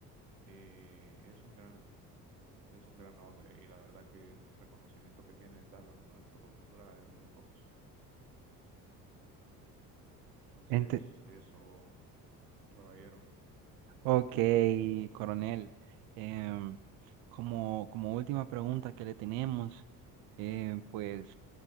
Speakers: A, on the right (about 85°); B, on the right (about 50°).
A: eh, es un gran, es un gran hombre y la verdad que el reconocimiento que tiene está a la altura de muy pocos. Entonces,
B: Ente-
A: eso, caballero.
B: ok, coronel. Em, como, como última pregunta que le tenemos, eh, pues